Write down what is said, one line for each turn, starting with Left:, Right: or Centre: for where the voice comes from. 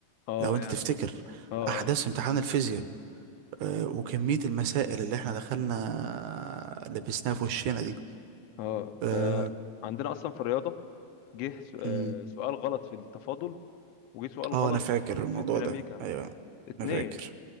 Left: اه
Right: لو انت
Left: يعني
Right: تفتكر
Left: اه
Right: احداث
Left: اه
Right: امتحان الفيزياء آه وكمية المسائل اللي احنا دخلنا لبسناها في وشنا دي
Left: اه
Right: اه,
Left: آه، عندنا اصلا في الرياضه جه سو- آه،
Right: مم.
Left: سؤال غلط في التفاضل وجه سؤال
Right: آه
Left: غلط
Right: انا فاكر الموضوع
Left: في الديناميكا
Right: ده ايوه
Left: اتنين
Right: انا فاكر